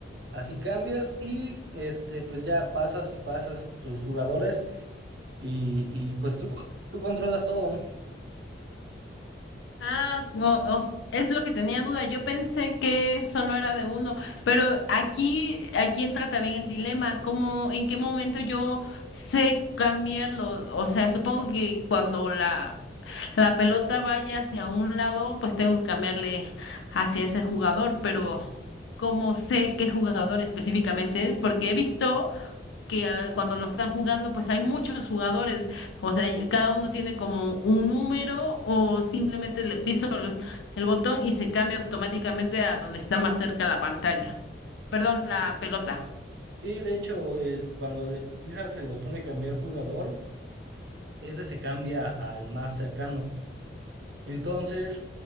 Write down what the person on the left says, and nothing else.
Ah, o- o- es lo que tenía duda. Yo pensé que solo era de uno, pero aquí, aquí entra también el dilema, ¿cómo, en qué momento yo sé cambiarlo? O sea, supongo que cuando la, la pelota vaya hacia un lado, pues tengo que cambiarle hacia ese jugador, pero ¿cómo sé qué jugador específicamente es? Porque he visto que ah, cuando lo están jugando, pues hay muchos jugadores, o sea, y- cada uno tiene como un número o simplemente le piso el, el botón y se cambia automáticamente a donde está más cerca la pantalla, perdón, la
pelota.